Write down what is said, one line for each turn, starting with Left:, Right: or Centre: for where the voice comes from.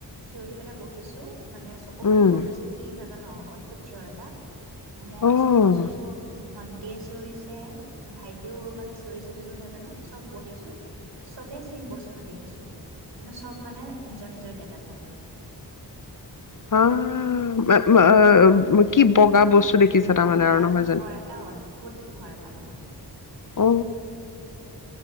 Right: চিঞৰি পেলাই বহিছোঁ মানে চ চকুপানী
Left: উম
Right: বৈ গৈছে কি নাজানো আৰু অদ্ভুত চিঞৰ এটা মই
Left: অহ
Right: চিঞৰিছোঁ, ভণ্টিয়ে চিঞৰিছে, ভাইটিও মানে চিঞৰিছে যদিও নাজানো। চব বহিছোঁ, চবেই ছেম বস্তুটো দেখিছোঁ কিন্তু চব মানে নিজৰ-নিজৰ জেগাত। মানে।
Left: <unintelligible> উম! আহ,
Right: আম
Left: কি বগা বস্তু দেখিছা
Right: বগা
Left: তাৰ মানে আৰু নহয়
Right: পোহৰ
Left: জানো?
Right: এটা অদ্ভুত পোহৰ এটা মানে।
Left: অ!
Right: এ